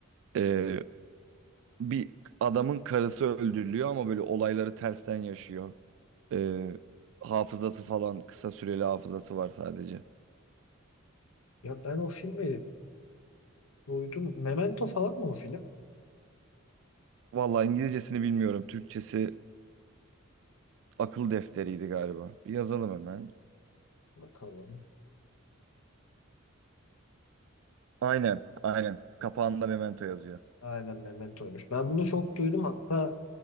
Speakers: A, on the right (about 65°); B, on the left (about 75°).
A: Eee, bir adamın karısı öldürülüyor ama böyle olayları tersten yaşıyor. Eee, hafızası falan kısa süreli hafızası var sadece.
B: ya ben o filmi duydum. Memento falan mı o film?
A: Vallahi İngilizcesini bilmiyorum. Türkçesi akıl defteriydi galiba. Bir yazalım hemen.
B: Bakalım.
A: Aynen, aynen. Kapağında Memento yazıyor.
B: Aynen Memento'ymuş. Ben bunu çok duydum. Hatta